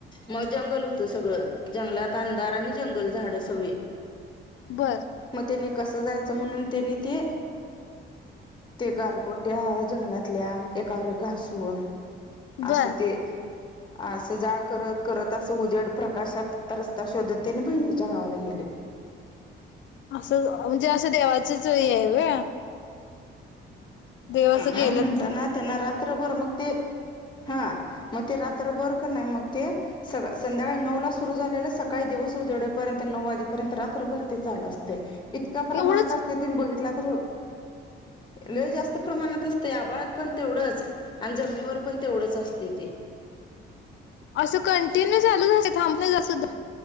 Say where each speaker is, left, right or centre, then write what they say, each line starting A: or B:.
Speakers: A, on the left (about 25°); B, on the left (about 70°).
A: मग जंगल होतं सगळं. जंगलात अंधार आणि जंगल झाडं सगळी
B: बर.
A: मग त्यानी कसं जायचं म्हणून त्यांनी ते ते गारगोट्या जंगलात -ल्या, एकावर घासून,
B: बर
A: असं ते आसं जाळ करत करत, आसं उजेड, प्रकाशात रस्ता शोधत त्यांनी बहिणीच्या गावाला गेले
B: आसं, म्हणजे असं देवाचंच हे ए व्हय? देवाचं
A: हा, मग
B: गेलं
A: म्हणताना
B: ते
A: त्यांना रात्रभर मग ते, हा मग ते रात्र बर का नाई मग ते स संध्याकाळी नऊला सुरू झालेलं, सकाळी दिवस उजडेपर्यंत, नऊ वाजेपर्यंत रात्रभर ते चालू असतय इतक्या प्रमाणात
B: एवढंच
A: असतं, तुम्ही बघितला तर, लय जास -स्त प्रमाणात असतय. आभाळात पण तेवढंच अन जमनीवर पण तेवढंच असतय ते
B: असं कंटिन्यू चालूच, असं थांबल्या जात सुद्धा?